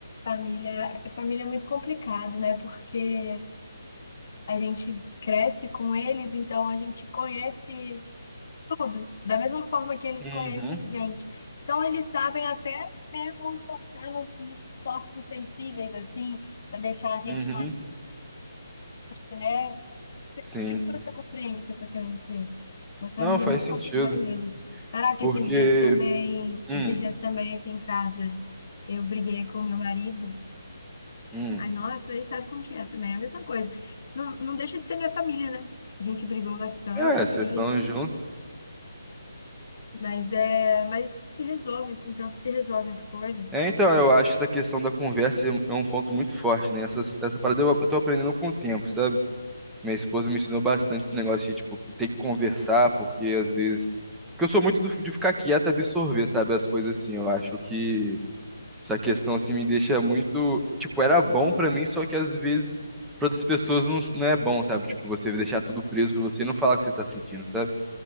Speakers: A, on the left; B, in the centre.
A: Família, família é muito complicado, né? Porque a gente cresce com eles, então a gente conhece tudo, da mesma forma que eles
B: Uhum,
A: conhecem a gente. Então eles sabem até mesmo tocar no- nos tópicos sensíveis, assim, para deixar a gente
B: uhum.
A: mais, né?
B: Sim.
A: Não sei se você compreende o que eu tô querendo dizer. Mas família
B: Não, faz
A: é muito
B: sentido.
A: complicado mesmo. Caraca,
B: Porque.
A: esses dias também,
B: Hum,
A: esses dias também aqui em casa, eu briguei com meu marido.
B: hum.
A: Ai, nossa, aí sabe como que é também, é a mesma coisa. Não, não deixa de ser minha família, né? A gente brigou bastante,
B: É,
A: assim,
B: vocês estão juntos.
A: mas é, mas se resolve, com o tempo se resolve as coisas.
B: É, então, eu acho essa questão da conversa é um ponto muito forte, né? Essa, essa parada eu, eu tô aprendendo com o tempo, sabe? Minha esposa me ensinou bastante esse negócio de, tipo, ter que conversar, porque às vezes. Porque eu sou muito do- de ficar quieto e absorver, sabe? As coisas assim. Eu acho que. Essa questão assim me deixa muito, tipo, era bom pra mim, só que às vezes pra outras pessoas não, não é bom, sabe? Tipo, você deixar tudo preso pra você e não falar o que você tá sentindo, sabe?